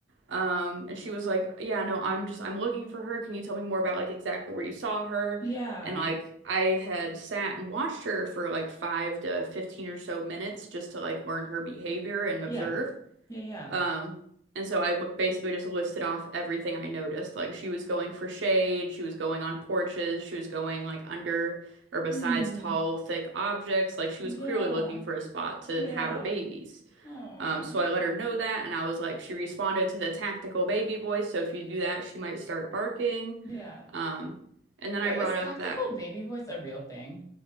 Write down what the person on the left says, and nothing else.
Yeah.
Yeah.
Yeah. Yeah.
Hmm.
Yeah.
Yeah.
Oh.
Yeah.
Wait,
is tactical
baby voice a real thing?